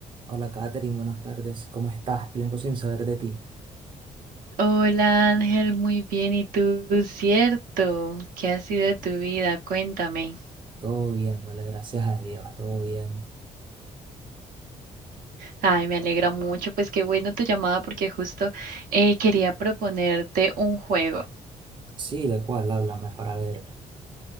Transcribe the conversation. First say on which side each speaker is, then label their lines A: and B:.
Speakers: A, on the right; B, on the right.
A: Hola Katherine, buenas tardes. ¿Cómo estás? Tiempo sin saber de ti.
B: Hola Ángel, muy bien. ¿Y tú? Cierto. ¿Qué ha sido de tu vida? Cuéntame.
A: Todo bien, vale, gracias a Dios, todo bien.
B: Ay, me alegra mucho. Pues qué bueno tu llamada porque justo eh, quería proponerte un juego.
A: Sí, ¿de cuál? Háblame para ver.